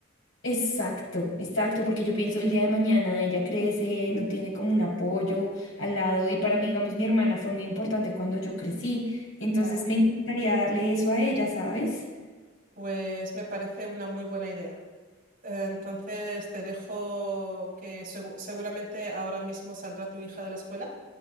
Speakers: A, on the left; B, on the right.
A: Exacto, exacto, porque yo pienso el día de mañana ella crece, no tiene como un apoyo al lado y para mí, digamos, mi hermana fue muy importante cuando yo crecí, entonces
B: Claro,
A: me encantaría darle eso a ella, ¿sabes?
B: pues me parece una muy buena idea. Eh, Entonces te dejo que segu- seguramente ahora mismo saldrá tu hija de la escuela.